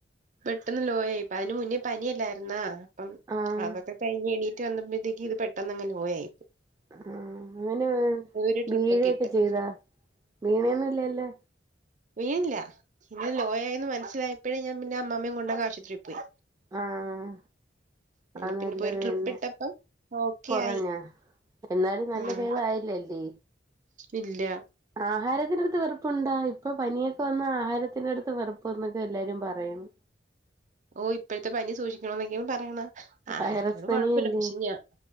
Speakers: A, on the right; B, on the right.
A: പെട്ടെന്ന് ലോയായി ഇപ്പ അതിന് മുന്നേ പനി അല്ലായിരുന്ന അപ്പം
B: ആഹ്
A: അതൊക്കെ കൈഞ് എണീറ്റ് വന്നപ്പോഴേക്ക് ഇത് പെട്ടന്നങ്ങെ ലോയയി
B: ആഹ് അങ്ങനെ
A: ഒരു ട്രിപ്പൊക്കെ
B: വീഴൊക്കെ
A: ഇട്ട്
B: ചെയ്താ വീണയൊന്നുംല്ലല്ലേ
A: വീണില്ല ഇന്ന് ലോയയിന്ന് മനസ്സിലായപ്പോഴേ ഞാൻ പിന്നെ അമ്മ്മയും കൊണ്ടങ് ആശുപത്രിയിൽ പോയി
B: ആഹ്
A: അങ്ങനെ
B: അത്
A: പിന്നെ
B: നല്ലത്
A: പോയി ഒരു ട്രിപ്പ്
B: തന്നെ
A: ഇട്ടപ്പം ഓക്കെ
B: കുറഞ്ഞാ
A: ആയി
B: എന്നാലും നല്ല
A: ഉം
B: ബേധം അയില്ലല്ലേ
A: ഇല്ല
B: ആഹാരത്തിന്റെ അടുത്ത് വെറപ്പുണ്ടാ ഇപ്പൊ പനിയൊക്കെ വന്ന ആഹാരത്തിന്റെ അടുത്ത് വെറുപ്പന്നൊക്കെ എല്ലാരും പറയാണ്
A: ഓഹ് ഇപ്പോഴത്തെ പനി സൂക്ഷിക്കണന്നൊക്കൊണ് പറയണ ആഹാരത്തിനോട്
B: വൈറസ് പനിയല്ലേ
A: കുഴപ്പില്ല പക്ഷെ ഞാൻ